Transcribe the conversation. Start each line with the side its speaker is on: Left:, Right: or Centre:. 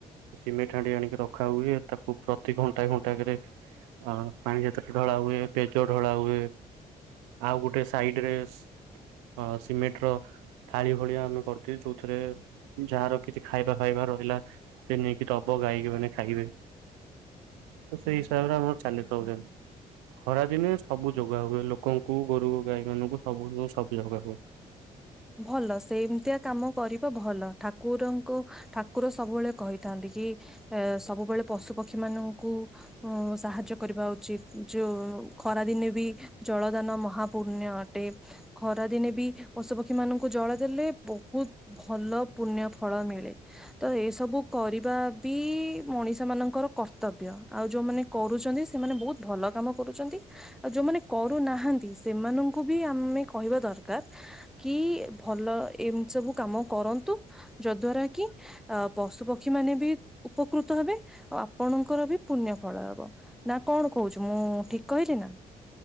Right: ସିମେଣ୍ଟ ହାଣ୍ଡି ଆଣିକି ରଖା ହୁଏ। ତାକୁ ପ୍ରତି ଘଣ୍ଟା ଘଣ୍ଟାରେ ଆ ପାଣି ଯେତେଳେ ଢଳା ହୁଏ ପେଜ ଢଳା ହୁଏ। ଆଉ ଗୋଟେ ସାଇଡରେ ସି ସିମେଣ୍ଟ ର ଥାଳି ଭଳିଆ ଆମେ କରିଥିଲି ଯୋଉଥିରେ ଯାହାର କିଛି ଖାଇବା ଫାଇବା ରହିଲା। ସେ ନେଇକି ଦବ ଗାଇମାନେ ଖାଇବେ। ତ ସେଇ ହିସାବରେ ଆମର ଚାଲିସବୁଦିନ ଯେ ଖରାଦିନେ ସବୁ ଯୋଗୁ ଯଗା ହୁଏ ଲୋକଙ୍କୁ ଗୋରୁ ଗାଈ ମାନଙ୍କୁ ସବୁ ସବୁଜ ଯାଗା ହୁଏ।
Centre: ଭଲ ସେମିତିଆ କାମ କରିବ ଭଲ ଠାକୁରଙ୍କୁ ଠାକୁର ସବୁବେଳେ କହିଥାନ୍ତି କି ଏ ସବୁବେଳେ ପଶୁ ପକ୍ଷୀ ମାନଙ୍କୁ ଉ ସାହାଯ୍ୟ କରିବା ଉଚିତ ଯୋଉ ଖରାଦିନେ ବି- ଜଳଦାନ ମହାପୂଣ୍ୟ ଅଟେ। ଖରାଦିନେ ବି ପଶୁପକ୍ଷୀ ପକ୍ଷୀ ମାନଙ୍କୁ ଜଳ ଦେଲେ ବହୁତ ଭଲ ପୁଣ୍ୟ ଫଳ ମିଳେ। ତ ଏସବୁ କରିବା ବି ମଣିଷ ମାନଙ୍କର କର୍ତ୍ତବ୍ୟ। ଆଉ ଯୋଉମାନେ କରୁଛନ୍ତି ସେମାନେ ବହୁତ ଭଲ କାମ କରୁଛନ୍ତି। ଆଉ ଯୋଉମାନେ କରୁନାହାନ୍ତି ସେମାନଙ୍କୁ ବି ଆମେ କହିବା ଦରକାର। କି ଭଲ ଏମିତି ସବୁ କାମ କରନ୍ତୁ? ଯଦ୍ଵାରା କି ଅ ପଶୁପକ୍ଷୀ ମାନେ ବି ଉପକୃତ ହେବେ ଆଉ ଆପଣଙ୍କର ବି ପୁଣ୍ୟ ଫଳ ହବ। ନା କଣ କହୁଛୁ ମୁଁ ଠିକ କହିଲି ନା?